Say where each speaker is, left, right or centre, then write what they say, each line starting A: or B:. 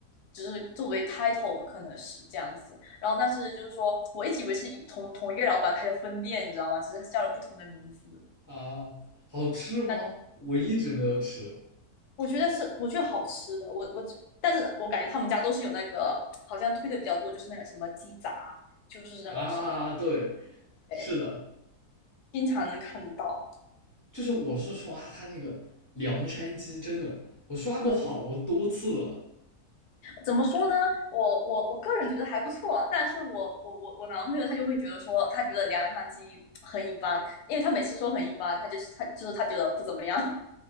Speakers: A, on the left; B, on the left.
A: 只是作为 title 可能是这样子。然后但是就是说，我一直以为是一同同一个老板开的分店，你知道吗？只是叫了不同的名字。
B: 啊，好吃吗？
A: 但
B: 我一直没有吃
A: 我觉得是，我觉得好吃的，我我只，但是我感觉他们家都是有那个，好像推的比较多，就是那个什么鸡杂，就是那个什么，
B: 啊。对，
A: 哎，
B: 是的，
A: 经常能看得到。
B: 就是我是刷它那个凉山鸡，真的，我刷过好多次了
A: 怎么说呢？我我我个人觉得还不错，但是我我我我男朋友他就会觉得说，他觉得凉汤鸡很一般，因为他每次说很一般，他就是他就是他觉得不怎么样，